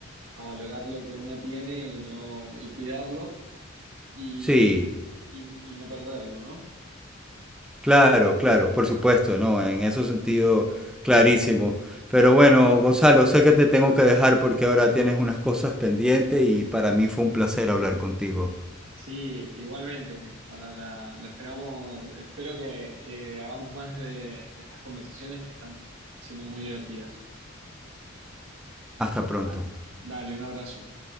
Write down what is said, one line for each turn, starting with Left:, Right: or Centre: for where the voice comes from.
Right: a valorar lo que uno tiene y no, y cuidarlo y,
Centre: sí,
Right: y, y no perderlo, ¿no?
Centre: claro, claro, por supuesto, ¿no? En ese sentido, clarísimo. Pero bueno, Gonzalo, sé que te tengo que dejar porque ahora tienes unas cosas pendientes y para mí fue un placer hablar contigo.
Right: Sí, igualmente, para la, lo esperamos, espero que, que hagamos más de, de estas conversaciones que están siendo muy divertidas.
Centre: Hasta pronto.
Right: Ah, dale, un abrazo.